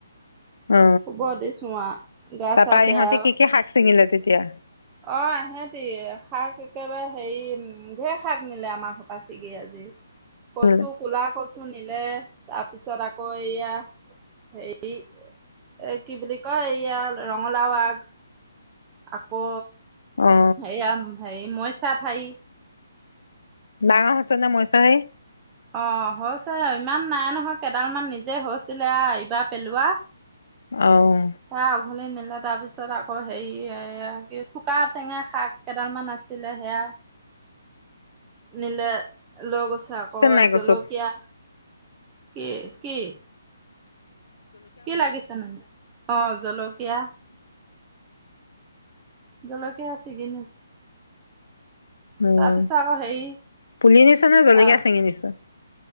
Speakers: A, on the left; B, on the right.
A: অ'
B: শুব দিছোঁ আ গা
A: তাৰপৰা
B: চা বেয়া
A: ইহঁতে কি কি শাক চিঙিলে তেতিয়া?
B: অ এহেতি শাক একেবাৰে হেৰি উম ঢেৰ শাক নিলে আমাৰ ঘৰ পা ছিগি আজি। কচু
A: অ অ
B: কলা কচু নিলে তাৰপিছত আকৌ এয়া হে এই এ কি বুলি কয় ইয়া ৰঙালাও আগ। আকৌ
A: অ
B: হেয়া হেৰি মৰিচা ঠাৰি।
A: ডাঙৰ হৈছে নে মইচা ঠাৰি?
B: অ হৈছে ইমান নাই নহয় কেইডাল মান নিজে হৈছিলে, আ এইবাৰ পেলোৱা।
A: অহ'
B: হেআ উঘালি নিলে, তাৰ পিছত আকৌ হেৰি কি চোকা টেঙা শাক কেইডালমান আছিলে সেয়া নিলে লৈ গৈছে আকৌ
A: নাই গছত
B: জলকীয়া, কি কি? কি লাগিছে নো অ জলকীয়া জলকীয়া আছেগে নে?
A: উম',
B: পিছত আকৌ হেৰি
A: পুলি নিছে নে জলকীয়া
B: আহ
A: চিঙি নিছে?